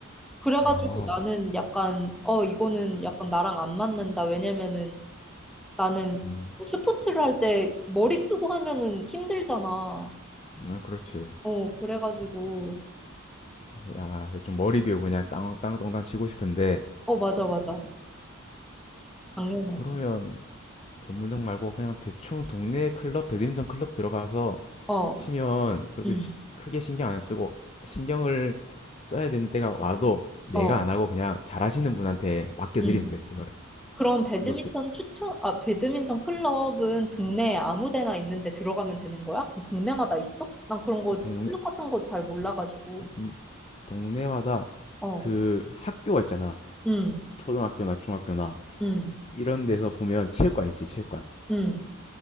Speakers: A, in the centre; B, on the left.
A: 그래가지고
B: 어,
A: 나는 약간, 어, 이거는 약간 나랑 안 맞는다. 왜냐면은 나는
B: 음,
A: 뭐 스포츠를 할 때 머리 쓰고 하면은 힘들잖아.
B: 아, 그렇지.
A: 어, 그래가지고,
B: 아, 대충 머리 비우고 그냥 땅, 땅동땅 치고 싶은데,
A: 어, 맞아, 맞아. 당연하지.
B: 그러면 전문점 말고 그냥 대충 동네 클럽, 배드민턴 클럽 들어가서
A: 어,
B: 치면 그렇게
A: 응,
B: 시- 크게 신경 안 쓰고 신경을 써야 되는 때가 와도 내가
A: 어,
B: 안 하고 그냥 잘하시는 분한테 맡겨드리면
A: 응.
B: 돼 그거를
A: 그럼 배드민턴
B: 그거 게-
A: 추천, 아, 배드민턴 클럽은 동네에 아무 데나 있는데 들어가면 되는 거야? 동네마다 있어? 난 그런 거,
B: 동네
A: 클럽 같은 거 잘 몰라가지고.
B: 음, 동네마다
A: 어,
B: 그 학교가 있잖아
A: 응,
B: 초등학교나 중학교나
A: 응,
B: 이런 데서 보면 체육관 있지 체육관
A: 응.